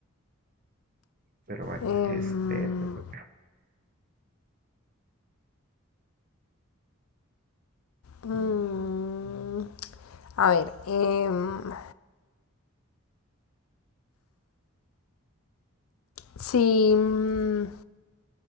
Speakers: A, on the right (about 40°); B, on the left (about 80°).
A: Pero bueno,
B: Em,
A: este te toca.
B: mm,
A: Ujú.
B: a ver, em, si, mm,